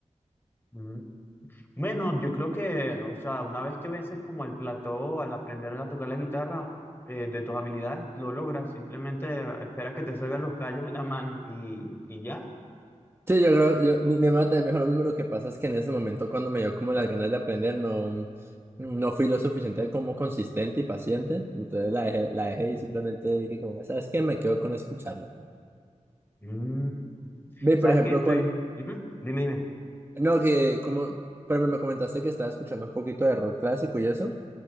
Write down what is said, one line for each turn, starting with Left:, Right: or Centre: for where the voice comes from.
Left: Mm. Bueno, yo creo que, o sea, una vez que vences como el plató al aprender a tocar la guitarra, eh, de tus habilidades, lo logras. Simplemente espera que te salgan los callos en la mano y, y ya.
Right: Sí, yo creo, yo, mi, mi hermana también me dijo lo mismo, lo que pasa es que en ese momento cuando me dio como las ganas de aprender, no, no fui lo suficiente como consistente y paciente, entonces la dejé, la dejé y simplemente dije como, ¿sabes qué? Me quedo con escucharlo.
Left: Mm.
Right: Ve,
Left: ¿Sabes
Right: por ejemplo,
Left: que Estoy...
Right: cuál,
Left: ujú, Dime, dime.
Right: no, que como, pero me comentaste que estabas escuchando un poquito de rock clásico y eso,